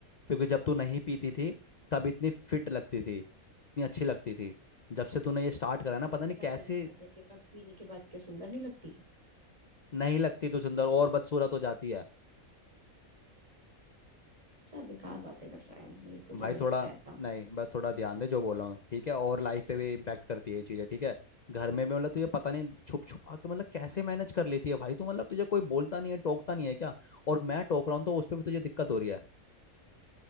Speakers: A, on the left; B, on the right.
A: क्योंकि जब तू नहीं पीती थी तब इतनी फिट लगती थी इतनी अच्छी लगती थी जब से तूने ये स्टार्ट करा
B: हाँ
A: है
B: तो
A: ना पता
B: तू
A: नहीं
B: क्या
A: कैसे
B: कहना चाहता है कि मैं पीने के बाद क्या सुंदर नहीं लगती
A: नहीं लगती तू सुंदर और बदसूरत हो जाती है
B: क्या बेकार बातें कर रहा है मेरे को तो
A: भाई
B: नहीं लगता
A: थोड़ा
B: ऐसा
A: नहीं बस थोड़ा ध्यान दे जो बोल रहा हूँ ठीक है और लाइफ पे भी इम्पैक्ट करती है ये चीज़ें ठीक है घर में भी मतलब तुझे पता नहीं छुप छुपा के मतलब कैसे मैनेज कर लेती है भाई तू मतलब तुझे कोई बोलता नहीं है टोकता नहीं है क्या और मैं टोक रहा हूँ तो उस पर भी तुझे दिक्कत हो रही है